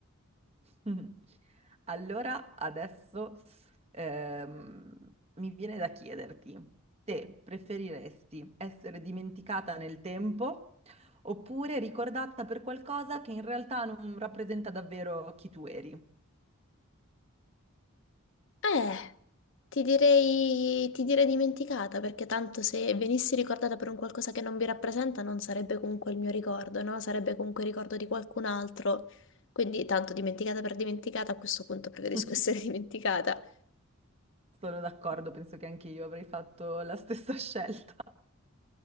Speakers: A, on the right; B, on the left.
A: Mhm. Allora, adesso ehm, mi viene da chiederti se preferiresti essere dimenticata nel tempo oppure ricordata per qualcosa che in realtà non rappresenta davvero chi tu eri.
B: Eh, ti direi, ti direi dimenticata perché tanto se venissi ricordata per un qualcosa che non mi rappresenta non sarebbe comunque il mio ricordo, no? Sarebbe comunque il ricordo di qualcun altro, quindi tanto dimenticata per dimenticata, a questo punto preferisco
A: <laughs>
B: essere <laughs> dimenticata.
A: Sono d'accordo, penso che anche io avrei fatto la stessa <laughs> scelta.